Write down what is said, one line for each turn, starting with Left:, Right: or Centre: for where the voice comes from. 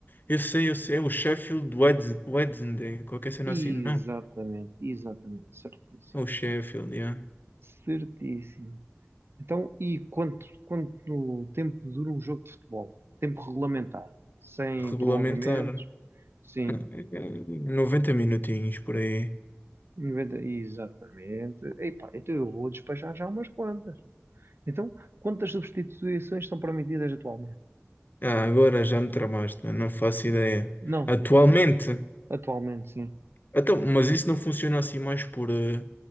Left: Eu sei, eu sei, é o Sheffield Weds- Wednesday, qualquer cena
Right: Exatamente,
Left: assim, não.
Right: exatamente. Certíssimo.
Left: É o Sheffield, yeah.
Right: Certíssimo. Então, e quanto, quanto tempo dura um jogo de futebol? Tempo regulamentar, sem
Left: Regulamentar.
Right: prolongamentos? Sim,
Left: Ah, é- é 90 minutinhos por aí.
Right: 90, exatamente. Epá, então eu vou despachar já umas quantas. Então, quantas substituições são permitidas atualmente?
Left: Ah, agora já me tramaste, mano, não faço ideia.
Right: Não,
Left: Atualmente?
Right: atualmente sim.
Left: Então, mas isso não funciona assim mais por, eh,